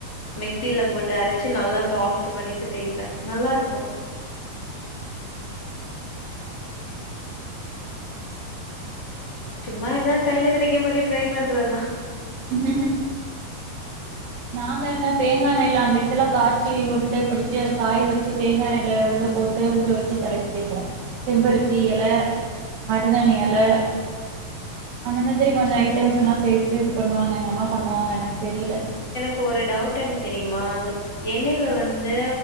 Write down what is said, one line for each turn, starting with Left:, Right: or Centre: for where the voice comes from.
Left: மிக்சில போட்டு அரைச்சு நல்லா சாஃப்ட் பண்ணிட்டு தேய்பேன் நல்லாருக்கும் சும்மா ஏதாவுது கையில கெடைக்க மாரி ட்ரை பண்றதுதா
Right: உஹ நாங்க என்ன தேங்கா எண்ணெய்ல அந்த இதெல்லா காய்ச்சி உருண்டை புடிச்சு அது காய வச்சு தேங்கா எண்ணெய்ல உள்ள போட்டு ஊற வச்சு தலைக்கு தேப்போம் செம்பருத்தி இலை மருதாணி இலை அந்த மாதிரி கொஞ்ச கேன் எல்லா சேத்து இது பண்ணுவாங்க எங்க அம்மா பண்ணுவாங்க எனக்கு தெரியல
Left: கு ஒரு டவுட் என்ன தெரியுமா அந்த எண்ணெல
Right: ம்.
Left: வந்து